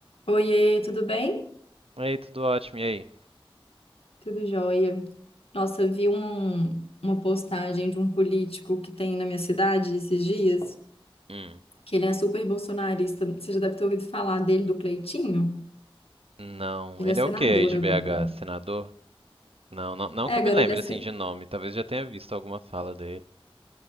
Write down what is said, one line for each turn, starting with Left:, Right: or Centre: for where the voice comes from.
Left: Oiê, tudo bem?
Right: Ei, tudo ótimo, e aí?
Left: Tudo jóia. Nossa, eu vi uma uma postagem de um político que tem na minha cidade esses dias,
Right: Hum.
Left: que ele é super bolsonarista. Você já deve ter ouvido falar dele, do Cleitinho?
Right: Não,
Left: Ele
Right: ele
Left: é senador
Right: é o quê aí de
Left: agora.
Right: BH? Senador? Não, não, não
Left: É,
Right: que
Left: agora
Right: eu me lembre
Left: ele é, se-
Right: assim de nome, talvez já tenha visto alguma fala dele.